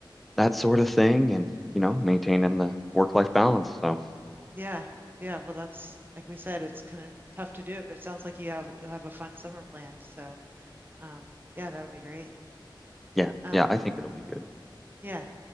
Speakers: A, in the centre; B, on the right.
A: that sort of thing and, you know, maintaining the work-life balance. So,
B: Yeah. Yeah, well that's like we said it's kind of tough to do it, but it sounds like you have you'll have a fun summer planned. So, um yeah, that'll be great.
A: yeah,
B: Um
A: yeah, I think it'll be good.
B: yeah.